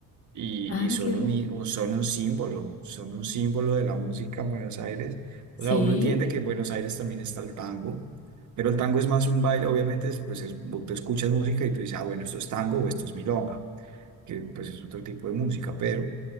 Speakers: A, on the right; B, on the left.
A: y,
B: Ah,
A: y son
B: qué bien.
A: un, i- un- son un símbolo, son un símbolo de la música en Buenos Aires. O
B: Sí,
A: sea, uno entiende que en Buenos Aires también está el tango, pero el tango es más un baile, obviamente, es, pues es- vos te escuchas música y tú dices, ah, bueno, esto es tango o esto es milonga, que pues es otro tipo de música, pero